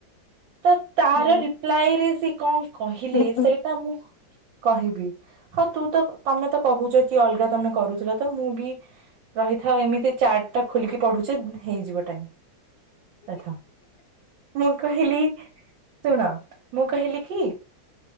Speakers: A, on the right (about 75°); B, on the left (about 65°).
A: ତ ତାର
B: ହୁଁ
A: ରିପ୍ଲାଏ ରେ ସେ କଁ କହିଲେ
B: ହୁଁ ହୁଁ।
A: ସେଇଟା ମୁଁ କହିବି ହଁ ତୁ ତ ତମେ ତ କହୁଛ କି ଅଲ୍ଗା ତମେ କରୁଥିଲ ତ ମୁଁ ବି ରହିଥା ଏମିତି ଚାଟ୍ ଟା ଖୋଲିକି ପଢୁଚି ହେଇଯିବ ଟାଇମ୍। ଥା ମୁଁ କହିଲି ଶୁଣ। ମୁଁ କହିଲିକି